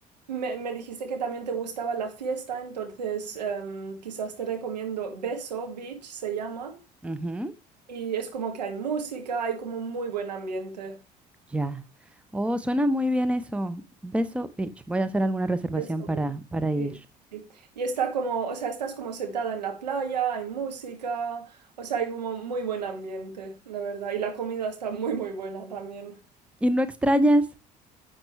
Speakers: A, on the right; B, in the centre.
A: me, me dijiste que también te gustaba la fiesta, entonces em, quizás te recomiendo Beso Beach, se llama,
B: Ujú,
A: y es como que hay música, hay como un muy buen ambiente.
B: Ya. Oh, suena muy bien eso. Beso Beach. Voy a hacer alguna reservación
A: Es obvio.
B: para, para ir.
A: Sí, sí, sí. Y está como, o sea, estás como sentada en la playa, hay música, o sea, hay como muy buen ambiente, la verdad. Y la comida está muy, muy buena también.
B: ¿Y no extrañas?